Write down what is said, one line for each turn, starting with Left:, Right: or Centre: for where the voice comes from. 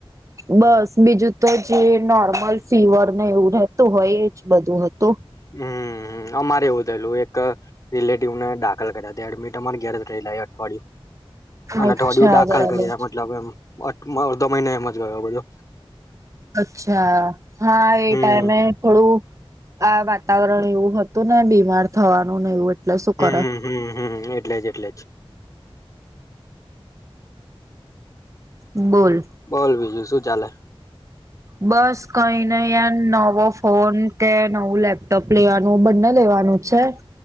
Right: બસ બીજું તો જે નોર્મલ ફીવરને એવું રહેતું હોય એજ બધું હતું.
Left: હમ અમારે એવું થયેલું એક, રિલેટિવને દાખલ કર્યા એડમિટ અમારે ઘેર રહેલા અઠવાડિયું. અને
Right: અચ્છા
Left: થોડી દવું દાખલ
Right: બરાબર
Left: કરી મતલબ એમ મહિને એમજ ગયો બજો.
Right: અચ્છા હા એ
Left: હમ
Right: ટાઈમે થોડું આ વાતાવરણ એવું હતું ને બીમાર થવાનું ને એવું એટલે શું
Left: હમમ
Right: કરે
Left: હમ હમ. એટલે જ એટલે જ.
Right: <inaudible> બોલ.
Left: બોલ બીજું શું ચાલે?
Right: બસ કઈ નને ય નવો ફોન કે નવું લેપટોપ લેવાનું બંને લેવાનું છે